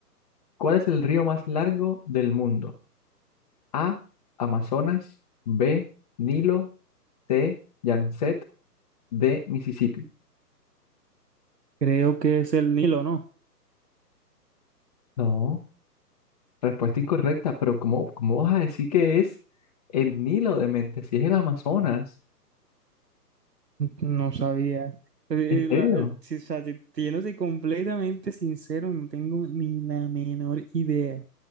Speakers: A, on the left; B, on the right.
A: ¿Cuál es el río más largo del mundo? A. Amazonas. B. Nilo. C. Yangtze. D. Mississippi.
B: Creo que es el Nilo, ¿no?
A: No, respuesta incorrecta, pero ¿cómo, cómo vas a decir que es el Nilo de mente si es el Amazonas?
B: No sabía. Eh,
A: ¿En serio?
B: la- eh, si, o sea, si- siéndote completamente sincero, no tengo ni la menor idea.